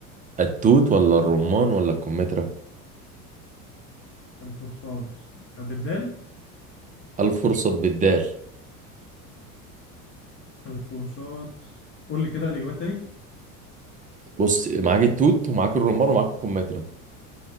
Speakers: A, on the right; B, on the left.
A: التوت ولا الرمان ولا الكمثرى
B: الفرصاد بالدال
A: الفرصاد بالدال
B: الفرصاد قول لي كده الإجابات تاني
A: بص معاك التوت ومعاك الرمان ومعاك الكمثرى